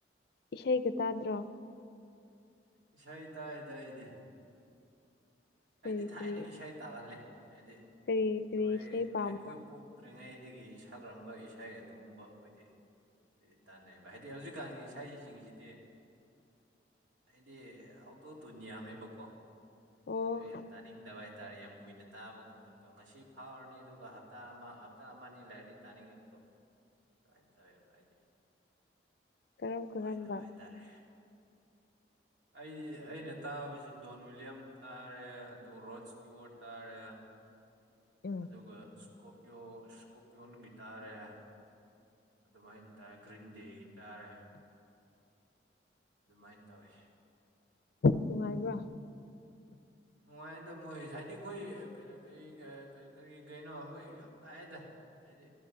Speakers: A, on the left (about 60°); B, on the right (about 85°).
A: ꯏꯁꯩꯒ ꯇꯥꯗ꯭ꯔꯣ
B: ꯏꯁꯩ ꯇꯥꯏ ꯇꯥꯏꯗꯤ
A: ꯀꯔꯤ
B: ꯑꯩꯗꯤ ꯊꯥꯏꯅ
A: ꯀꯔꯤ
B: ꯏꯁꯩ ꯇꯥꯒꯜꯂꯦ ꯍꯥꯏꯗꯤ
A: ꯀꯔꯤ
B: ꯑꯩꯈꯣꯏ
A: ꯀꯔꯤ ꯏꯁꯩ ꯄꯥꯝꯕ꯭ꯔꯥ
B: ꯑꯩꯈꯣꯏ ꯄꯣꯛꯇ꯭ꯔꯤꯉꯩ ꯑꯩꯒꯤ ꯁꯥꯛꯒꯔꯝꯕ ꯏꯁꯩ ꯑꯗꯨꯒꯨꯝꯕ ꯑꯩꯈꯣꯏꯗꯤ ꯍꯥꯏꯗꯤ ꯇꯥꯟꯅꯩꯕ ꯍꯥꯏꯗꯤ ꯍꯧꯖꯤꯛꯀꯥꯟꯒꯤ ꯏꯁꯩꯁꯤꯡꯁꯤꯗꯤ ꯑꯩꯗꯤ ꯑꯣꯇꯣ ꯇꯨꯅꯤ ꯌꯥꯝꯃꯦꯕꯀꯣ
A: ꯑꯣ
B: ꯑꯗꯨ ꯌꯥꯝ ꯇꯥꯅꯤꯡꯗꯕ ꯍꯥꯏꯇꯥꯔꯦ ꯌꯥꯝ ꯀꯨꯏꯅ ꯇꯥꯕ ꯉꯝꯗꯕꯗꯣ ꯉꯁꯤ ꯐꯥꯎꯔꯅꯤ ꯑꯗꯨꯒ ꯍꯞꯇꯥ ꯑꯃ ꯍꯞꯇꯥ ꯑꯃ ꯑꯅꯤ ꯂꯩꯔꯗꯤ ꯇꯥꯅꯤꯡꯉꯛꯇꯕꯣ ꯅꯨꯡꯉꯥꯏꯅ ꯇꯧꯋꯦ ꯚꯥꯏꯗꯤ
A: ꯀꯔꯝ ꯀꯔꯝꯕ
B: ꯅꯨꯡꯉꯥꯏꯇꯕꯦ ꯍꯥꯏꯇꯥꯔꯦ ꯑꯩꯗꯤ ꯑꯩꯅ ꯇꯥꯕꯁꯤ ꯗꯣꯟ ꯋꯤꯂꯤꯌꯝ ꯇꯥꯔꯦ ꯑꯗꯨꯒ ꯔꯣꯠ ꯏꯁꯇꯤꯋꯔꯠ ꯇꯥꯔꯦ
A: ꯎꯝ
B: ꯑꯗꯨꯒ ꯏꯁꯀꯣꯄꯤꯌꯣ ꯏꯁꯀꯣꯄꯤꯌꯣꯟꯒꯤ ꯇꯥꯔꯦ ꯑꯗꯨꯃꯥꯏꯅ ꯇꯔ ꯒ꯭ꯔꯤꯟ ꯗꯦꯇꯥꯥꯔꯦ ꯑꯗꯨꯃꯥꯏꯅ ꯇꯧꯋꯤ
A: ꯅꯨꯡꯉꯥꯏꯕ꯭ꯔ
B: ꯅꯨꯡꯉꯥꯏꯗ ꯃꯣꯏ ꯍꯥꯏꯗꯤ ꯑꯩꯈꯣꯏ ꯀ ꯀꯔꯤ ꯀꯔꯤ ꯀꯩꯅꯣ ꯃꯣꯏ ꯌꯥꯝ ꯇꯥꯏꯑꯦꯗ ꯍꯥꯏꯦ